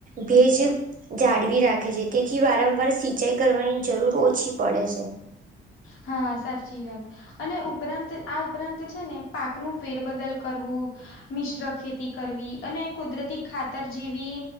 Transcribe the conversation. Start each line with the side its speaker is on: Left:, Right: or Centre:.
Right: ભેજ જાડવી રાખે છે, તેથી વારંવાર સિંચાઈ કરવાની જરૂર ઓછી પડે છે.
Left: હા, સાચી વાત. અને ઉપરાંત, આ ઉપરાંત છે ને પાક નો ફેરબદલ કરવુ મિશ્ર ખેતી કરવી, અને કુદરતી ખાતર જેવી